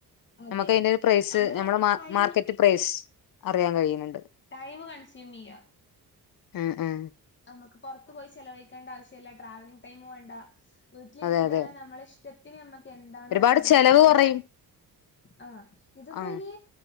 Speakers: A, on the left; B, on the left.
A: അതെ
B: ഞമ്മക്കയിന്റെരു പ്രൈസ്
A: നമ്മള്
B: ഞമ്മള് മാർ
A: ടൈം
B: മാർക്കറ്റ് പ്രൈസ് അ റിയാൻ കഴിയ്ണണ്ട്
A: ടൈമ് കൺസ്യൂമിയ
B: മ് മ്
A: നമ്മക്ക് പുറത്ത് പോയി ചെലവയിക്കേണ്ട ആവശ്യം ഇല്ല ട്രാവലിങ്ങ് ടൈമ് വേണ്ട വീട്ടിലിരുന്നിട്ടെന്നെ
B: അതെ അതെ
A: നമ്മള് ശ് ത്തിൽ മ്മക്ക് എന്താണോ
B: ഒരുപാട്
A: വേണ്ടത്
B: ചെലവ്
A: ന്നുള്ളത്
B: കുറയും
A: ആ ഇതിപ്പോനി
B: ആ